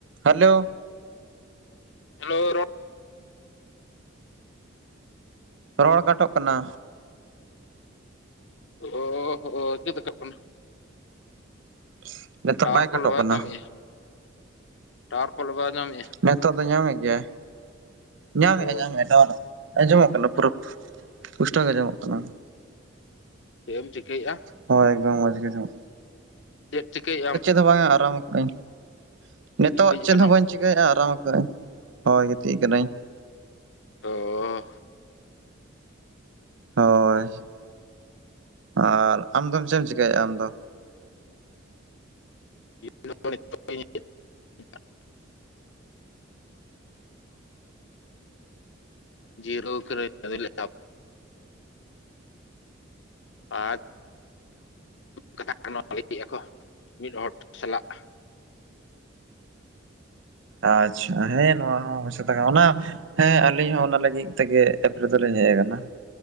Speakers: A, on the right; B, on the left.
A: ᱦᱮᱞᱳ
B: ᱦᱮᱞᱳ
A: ᱨᱚᱲ ᱠᱟᱴᱚᱜ ᱠᱟᱱᱟ
B: ᱚ ᱦᱚᱸ
A: <unintelligible>
B: ᱴᱟᱭᱟᱨ ᱯᱟᱞᱮ
A: ᱠᱟᱴᱚᱜ
B: ᱵᱟᱭ
A: ᱠᱟᱱᱟ
B: ᱧᱟᱢᱮ-ᱟ ᱴᱟᱭᱟᱨ ᱯᱟᱞᱮ ᱵᱟᱭ ᱧᱟᱢᱮ-ᱟ᱾
A: ᱱᱤᱛᱚᱜ ᱫᱚ ᱧᱟᱢᱮᱫ ᱜᱮᱭᱟᱭ ᱧᱟᱢᱮᱫᱟᱭ
B: ᱚ
A: ᱧᱟᱢᱮᱫᱟᱭ ᱴᱟᱣᱟᱨ ᱫᱚ᱾ ᱟᱸᱡᱚᱢᱚᱜ ᱠᱟᱱᱟ ᱯᱩᱨᱟᱹ ᱯᱩᱥᱴᱟᱹᱭ ᱜᱮ ᱟᱸᱡᱚᱢᱚᱜ ᱠᱟᱱᱟ᱾
B: ᱪᱮᱜ ᱮᱢ ᱪᱤᱠᱟᱹᱭᱮᱜᱼᱟ᱾
A: ᱦᱚᱸ ᱮᱠᱫᱚᱢ ᱢᱚᱡᱽ ᱜᱤ ᱟᱡᱚᱢᱚᱜ ᱠᱟᱱᱟ᱾
B: ᱪᱮᱫ ᱪᱤᱠᱟᱹᱭᱮᱜ ᱟᱢ᱾
A: ᱛᱮ ᱵᱟᱝ ᱟ ᱟᱨᱟᱢ ᱟᱠᱟᱜᱟᱹᱧ ᱠᱟ ᱱᱤᱛᱚᱜ
B: ᱜᱤᱛᱤᱡ
A: ᱪᱮᱫ
B: ᱠᱟᱱᱟᱢ
A: ᱦᱚᱸ ᱵᱟᱹᱧ- ᱪᱤᱠᱟᱹᱭᱟᱜ ᱟ ᱟᱨᱟᱢ ᱟᱠᱟᱜᱟᱧ ᱦᱳᱭ ᱜᱤᱛᱤᱡ ᱠᱟᱱᱟᱹᱧ᱾
B: ᱛᱚ᱾
A: ᱦᱳᱭ ᱟᱨ ᱟᱢ ᱫᱚᱢ ᱪᱮᱜ ᱮᱢ ᱪᱮᱠᱟᱭᱮᱜᱼᱟ ᱟᱢ ᱫᱚ᱾
B: <inaudible> ᱡᱤᱨᱳᱣ ᱠᱟᱱᱟᱧ ᱟᱫᱚᱧ ᱞᱟᱹᱭ ᱮᱫᱟ ᱦᱟᱯ- ᱟ ᱠᱟᱛᱷᱟ ᱞᱟᱹᱭᱮᱫ ᱠᱚ ᱢᱤᱫ ᱦᱚᱲ ᱥᱟᱞᱟᱜ᱾
A: ᱟᱪᱪᱷᱟ ᱦᱮᱸ ᱱᱚᱣᱟ ᱦᱚᱸ ᱵᱮᱥ ᱠᱟᱛᱷᱟ ᱠᱟᱱᱟ ᱚᱱᱟ- ᱦᱮᱸ ᱟᱹᱞᱤᱧ ᱦᱚᱸ ᱚᱱᱟ ᱞᱟᱹᱜᱤᱫ ᱛᱮᱜᱮ ᱮᱠᱷᱨᱟ ᱫᱚᱞᱤᱧ ᱦᱮᱡ ᱟᱠᱟᱱᱟ᱾